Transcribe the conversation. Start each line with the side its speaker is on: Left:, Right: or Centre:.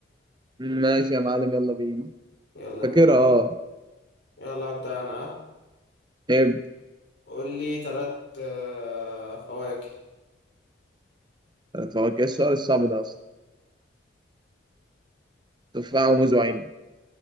Right: ماشي يا معلم يلا بينا
Left: يلا
Right: فاكرها
Left: بينا
Right: اه
Left: يلا أبدأ أنا ها؟
Right: ابدا
Left: قول لي تلات آه، فواكه
Right: تفكر السؤال الصعب ده اصلا تفاحة وموز وعنب